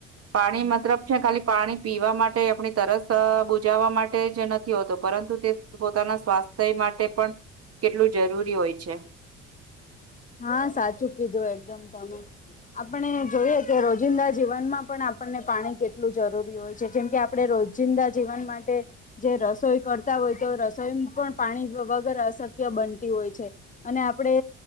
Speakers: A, on the right; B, on the left.
A: પાણી મતલબ છે ખાલી પાણી પીવા માટે આપણી તરસ બુજાવા માટે જ નથી હોતો પરંતુ તે પોતાના સ્વાસ્થ્ય માટે પણ કેટલું જરૂરી હોય છે.
B: હા સાચું કીધું એકદમ તમે. આપણે જોઈએ કે રોજિંદા જીવનમાં પણ આપણને પાણી કેટલું જરૂરી હોય છે, જેમ કે આપડે રો જિંદા જીવન માટે જે રસોઈ કરતા હોય તો રસોઈ પણ પાણી વગર અસ ક્ય બનતી હોય છે અને આપડે